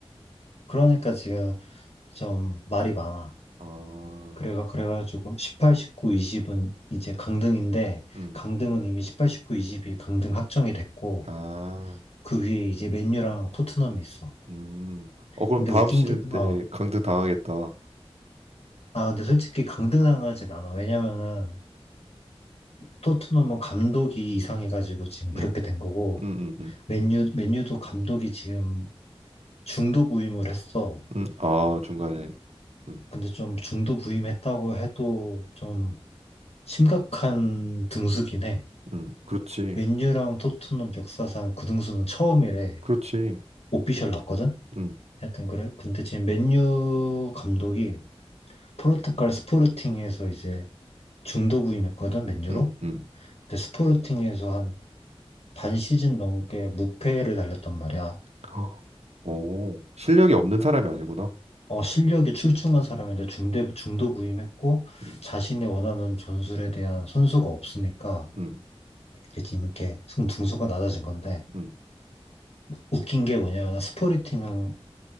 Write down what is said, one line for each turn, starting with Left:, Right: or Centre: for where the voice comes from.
Left: 그러니까 지금 좀 말이 많아.
Right: 아,
Left: 그래가 그래가지고 18, 19, 20은 이제 강등인데
Right: 음,
Left: 강등은 이미 18, 19, 20이 강등 확정이 됐고
Right: 아,
Left: 그 위에 이제 맨유랑 토트넘이 있어.
Right: 음. 어, 그럼
Left: 근데
Right: 다음
Left: 웃긴
Right: 시즌
Left: 게,
Right: 때
Left: 어,
Right: 강등 당하겠다.
Left: 아, 근데 솔직히 강등당하진 않아. 왜냐면은 토트넘은 감독이 이상해가지고 지금 그렇게
Right: 음,
Left: 된 거고,
Right: 음, 음, 음.
Left: 맨유, 맨유도 감독이 지금 중도 부임을 했어.
Right: 음, 아, 중간에. 음,
Left: 근데 좀 중도 부임했다고 해도 좀 심각한 등수긴 해.
Right: 음, 그렇지.
Left: 맨유랑 토트넘 역사상 그 등수는 처음이래.
Right: 그렇지.
Left: 오피셜 났거든?
Right: 음,
Left: 하여튼 그래. 근데 지금 맨유 감독이 포르투갈 스포르팅에서 이제 중도 부임했거든, 맨유로.
Right: 음, 음.
Left: 근데 스포르팅에서 한 반 시즌 넘게 무패를 달렸단 말이야.
Right: <gasps> 허, 오, 실력이 없는 사람이 아니구나.
Left: 어, 실력이 출중한 사람인데 중대, 중도 부임했고,
Right: 음,
Left: 자신이 원하는 전술에 대한 선수가 없으니까,
Right: 음,
Left: 이게 지금 이렇게 승- 등수가 낮아진 건데,
Right: 음,
Left: 웃긴 게 뭐냐면, 스포르팅은